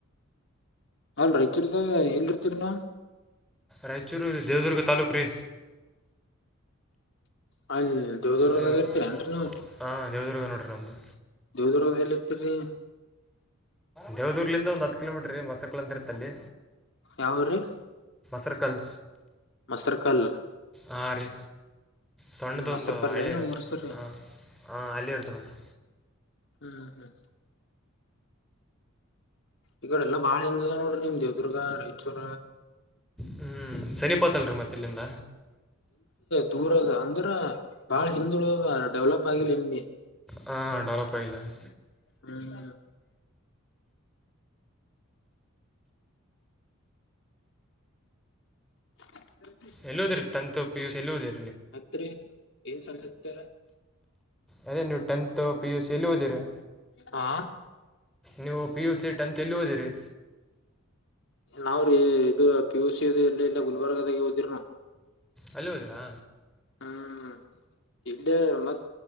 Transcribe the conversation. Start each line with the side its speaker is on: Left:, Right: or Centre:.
Left: ಅಲ್ ಇತರ್ದ ಎಲ್ ಇರ್ತರಿ ನ.
Centre: ರಾಯಚೂರು ಇಲ್ಲ ದೇವದುರ್ಗ ತಾಲೂಖು ರಿ.
Left: ಹಾಗ ದೇವದೂರ್ದಾಗ
Centre: ದೇವ್
Left: ಇರ್ತೀರ ಏನ್ರಿ ನೀವು?
Centre: ಹಾಂ ದೇವದುರ್ಗ ನೋಡ್ರಿ ನಮ್ಮದು
Left: ದೇವದುರ್ಗದಾರ ಎಲ್ಲಿ ಇರ್ತರಿ.
Centre: ದೇವದುರ್ಲಿಂದ ಒಂದ್ ಹತ್ತು ಕಿಲೋಮೀಟರ್ ರೀ ಮಸಕ್ಳ ಅಂತಿರ್ತ್ತ ಅಲ್ಲಿ.
Left: ಯಾವ್ರೀ
Centre: ಸರ್ಕಲ್
Left: ಸರ್ಕಲ್
Centre: ಹಾ ರೀ ಸಣ್ಣದೊಂದು
Left: ಮಸರ್ಕಲ್
Centre: ಹಳ್ಳಿ
Left: ಏನ್
Centre: ಇರದು
Left: ನಿಮ್ ಊರ್ ಹೆಸ್ರ್ ರೀ
Centre: ಹಾಂ ಹಾಂ ಅಲ್ಲಿ ಇರ್ತ ನೋಡ್ರಿ.
Left: ಹ್ಮ್ ಹ್ಮ್ ಈಗಡೆ ಎಲ್ಲಾ ಬಾಳ ಹಿಂದದ ನೋಡ್ರಿ ನಿಮ್ ದೇವದುರ್ಗ ರಾಯಚೂರ.
Centre: ಹ್ಮ ಸನಿಪಾತಲ್ರರಿ ಮತ್ತ ಇಲ್ಲಿಂದ.
Left: ದೂರದ ಅಂದ್ರ ಬಾಳ ಹಿಂದಳುದದ ಡೆವ್ಲಪ್ ಆಗಿಲ್ಲ ಇಂಡಿ.
Centre: ಹ ಡೆವಲಪ್ ಆಯಿಲ್ಲ ರೀ
Left: ಹ್ಮ್ ಹ
Centre: ಎಲ್ಲೂದ್ರೀ ತಂತ್ ಪಿಯೂಸಿ ಎಲ್ಲೂದ್ರೀ?
Left: ಮತ್ತೆ ಏನ್ <unintelligible>
Centre: ಅದೇ ನೀವು ಟೆಂತ್ ಪಿ ಯು ಸಿ ಎಲ್ಲಿ ಓದಿರಿ?
Left: ಹಾ
Centre: ನೀವು ಪಿ ಯು ಸೇಟ್ ಅಂತ ಎಲ್ಲಿ ಹೋದಿರಿ?
Left: ನಾವ್ರೀ ಇದು ಪಿ ಯುಸ ಅ ಎಲ್ಲ ಇಲ್ಲ ಗುಲ್ಬರ್ಗದಾಗ ಹೋದಿರದ್ ನ.
Centre: ಅಲ್ಲಿ ಹೋದಿರಾ
Left: ಹ್ಮ್ ಇದ್ದೆ, ಮತ್